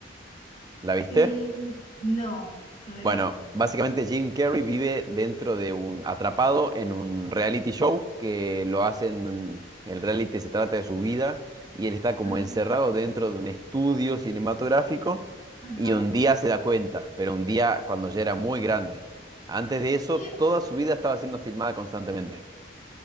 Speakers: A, on the right; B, on the left.
A: ¿La viste?
B: Mm, no, no la
A: Bueno,
B: he visto.
A: básicamente Jim Carrey vive dentro de un, atrapado en un reality show que lo hacen, el reality se trata de su vida y él está como
B: Ajá,
A: encerrado dentro de un estudio cinematográfico
B: ajá.
A: y un día se da cuenta, pero un día cuando ya era muy grande. Antes de eso,
B: Oye,
A: toda su vida estaba siendo filmada constantemente.